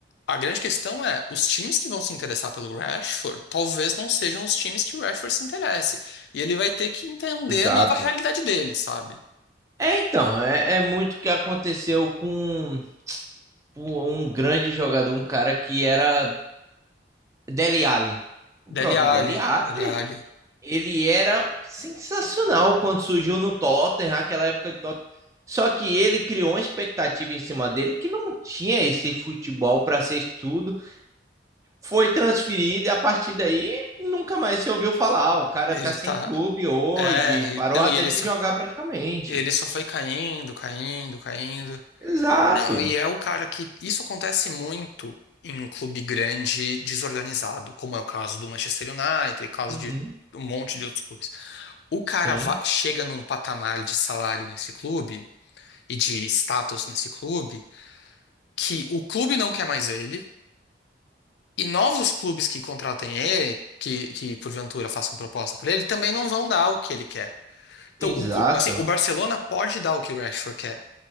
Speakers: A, on the left (about 70°); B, on the right (about 15°).
A: a grande questão é, os times que vão se interessar pelo Rashford talvez não sejam os times que o Rashford se interesse. E ele vai ter que entender
B: Exato.
A: a nova realidade dele, sabe?
B: É, então, é, é muito o que aconteceu com com um grande jogador, um cara que era Dele Alli. O
A: Dele
B: próprio
A: Alli,
B: Dele Alli
A: Dele Alli.
B: Ele era sensacional quando surgiu no Tottenham, aquela época de Tottenham. Só que ele criou uma expectativa em cima dele que não tinha esse futebol para ser tudo. Foi transferido e a partir daí nunca mais se ouviu falar. "Ah, O cara
A: Ele
B: tá sem
A: tá.
B: clube hoje,
A: É, e-
B: parou
A: não,
B: até
A: e ele
B: de
A: só,
B: jogar praticamente.
A: ele só foi caindo, caindo, caindo.
B: Exato.
A: Não, e é o cara que. Isso acontece muito em um clube grande desorganizado, como é o caso do Manchester United, caso
B: Uhum.
A: de um monte de outros clubes. O cara
B: Sim,
A: va- chega num patamar de salário nesse clube e de status nesse clube que o clube não quer mais ele e novos clubes que contratem ele, que, que porventura façam proposta por ele, também não vão dar o que ele quer. Então,
B: exato.
A: o, clu- assim, o Barcelona pode dar o que o Rashford quer,